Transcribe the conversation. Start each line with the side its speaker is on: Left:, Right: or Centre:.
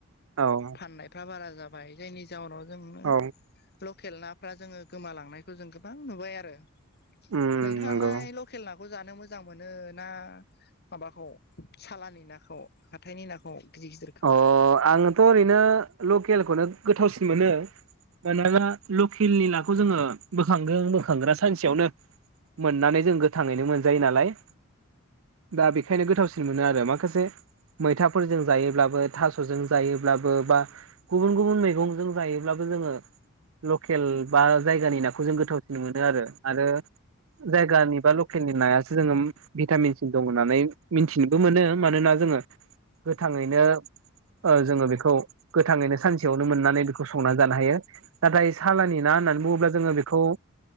Right: औ
Left: फनाय बारा जाबाय जायनि जाउनाव जों
Right: औ
Left: लकेल नाफ्रा जोङो गोमालांनायखौ जों गोबां नुबाय आरो
Right: उम
Left: नोंथाङालाय
Right: नंगौ
Left: लकेल नाखौ जानो मोजां मोनो ना माबाखौ सालानि नाखौ हाथायनि नाखौ गिदिर गिदिरखौ
Right: अ आङथ' ओरैनो लकेलखौनो गोथावसिन मोनो मानोना लकेलनि नाखौ जोङो बोखांगोन बोखांग्रा सानसेयावनो बोननानै जों गोथाङैनो मोनजायो नालाय दा बेखायनो गोथावसिन मोनो आरो माखासे मैथाफोरजों जायोब्ला थजों जायोब्लाबो बा गुबुन गुबुन मैगंजों जायोब्लाबो जोङो लकेल बा जायगानि नाखौ जों गोथावसिन मोनो आरो आरो जायगानि बा लकेलनि नायासो जोंङोम भिटामिन सिन दं होननानै मिथिनोबो मोनो मानोना जोङो गोथाङैनो जोङो बेखौ गोथाङैनो सानसेयावनो मोननानै बेखौ संना जानो हायो नाथाय सालानि ना होननानै बुङोब्ला जोङो बेखौ